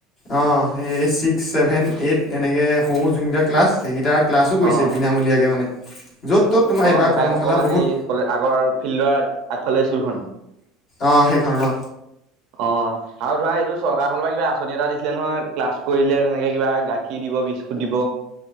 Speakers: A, on the left; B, on the right.
A: অ' এই চিক। ছিক্স, ছেভেন এইট এনেকৈ সৰু যোনকেইটা ক্লাছ, সেইকেইটা ক্লাছো কৰিছে
B: অ'
A: বিনামূলীয়াকৈ মানে য'ত ত'ত তোমাৰ
B: অ'
A: এইবাৰ
B: ঘূৰাই
A: কৰ্মশালা
B: অ' মানে
A: বহুত
B: এই ক আগৰ ফিল্ডৰ আগফালে স্কুলখন।
A: অ' সেইখন ৰ
B: অ' আৰু ধৰা এইটো চৰকাৰৰ ফালৰ পৰা কিবা আঁচনি এটা দি ছিলে নহয় ক্লাছ কৰিলে তেনেকে কিবা গাখীৰ দিব বিস্কুট দিব।